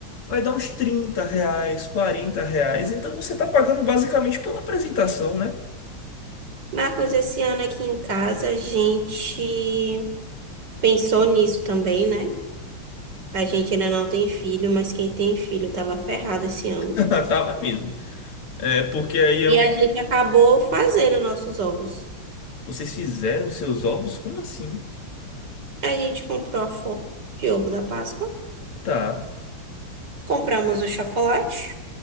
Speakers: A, on the left; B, on the right.
A: vai dar uns 30 reais, 40 reais. Então você está pagando basicamente pela apresentação, né?
B: Marcos, esse ano aqui em casa a gente pensou nisso também, né? A gente ainda não tem filho, mas quem tem filho tava ferrado esse ano.
A: <laughs> Tava mesmo. É, porque aí é
B: E
A: um.
B: a gente acabou fazendo nossos ovos.
A: Vocês fizeram os seus ovos? Como assim?
B: A gente comprou a forma de ovo da Páscoa,
A: Tá,
B: compramos o chocolate